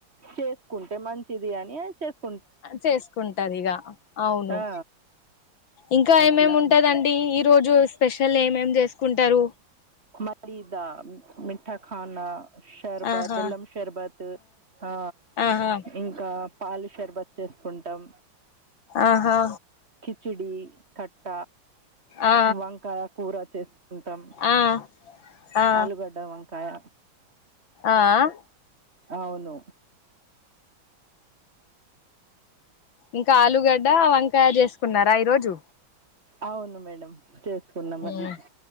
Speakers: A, on the right; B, on the left.
A: చేసుకుంటే మంచిది అని ఆ చేసు
B: చేసుకుంటది ఇగ అవును
A: ఆ
B: ఇంకా
A: అట్లా
B: ఏమేమి ఉంటదంటే టె ఈ రోజు స్పెషల్ ఏమేం చేసుకుంటరు
A: పిలీదా మిఠాఖానా షర్బత్
B: ఆహా
A: బెల్లం షర్బత్ ఆ
B: ఆహా
A: ఇంకా పాలు షర్బత్ చేసుకుంటాం
B: ఆహా
A: చిడి కట్ట
B: ఆ
A: వంకాయ కూర చేసుకు కుంటాం
B: ఆ ఆ
A: ఆలుగడ్డ వంకాయ
B: ఆ అ
A: అవును
B: ఇంకా ఆలుగడ్డ వంకాయ చేసుకున్నారా ఈ రోజు
A: అవును మేడం చేసుకున్నాం
B: మ్మ్
A: అది